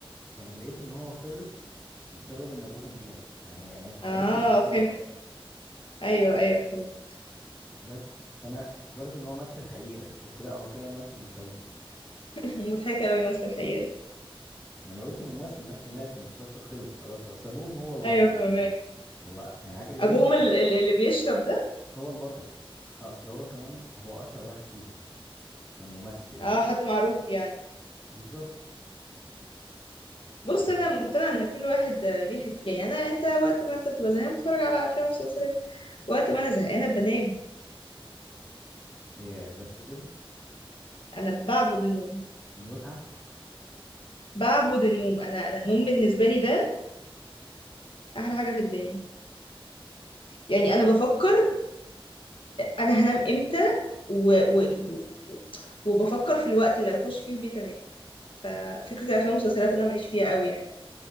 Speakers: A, in the centre; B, on the left.
A: فانا لقيت ان هو خلص بسبب ان ابوهم مات فهي هي اتحرقت
B: اه
A: لي بالصدفه
B: فهمت ايوه ايوه فهمت
A: بس فانا افتكرت ان هو مات في الحقيقه بس لا هو طلع مات في المسلسل
B: <laughs> مضحكه قوي بس في الحقيقه دي
A: ما انا قلت الممثل نفسه مات فالمسلسل خلص خلاص اصل ابوهم هو البطل
B: ايوه فهمك
A: يعني هو هي حاجه غريبه
B: ابوهم
A: بس
B: ال- ال- اللي بيشرب ده
A: هو البطل اصل هو كمان هو اشهر واحد فيهم كممثل
B: اه
A: يعني
B: حد معروف يعني
A: بالظبط
B: بص
A: بس
B: انا مقتنعه ان كل واحد آه، ليه حته يعني انا انت وقت ما انت بتبقى زهقان بتتفرج على افلام ومسلسلات وقت ما انا زهقانه بنام
A: يا بس كده
B: انا بعبد النوم
A: متعه
B: بعبد النوم انا انا النوم بالنسبه لي ده احلى حاجه في الدنيا يعني انا بفكر انا هنام امتى و... و... و- وبفكر في الوقت اللي هخش فيه البيت انام ففكره الافلام والمسلسلات انا ماليش فيها قوي يعني